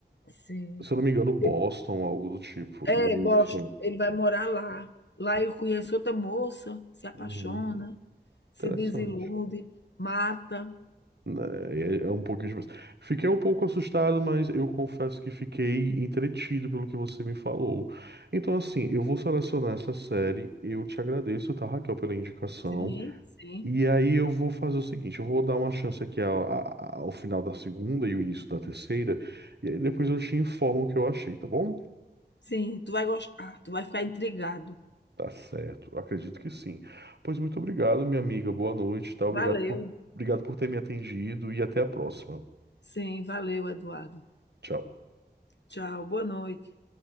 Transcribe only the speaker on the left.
Sim.
Ele
é,
Boston,
ele vai morar lá. Lá ele conhece outra moça, se apaixona,
se
desilude, mata.
Sim, sim.
Sim, tu vai gostar, tu vai ficar intrigado.
Valeu.
Sim, valeu, Eduardo.
Tchau, boa noite.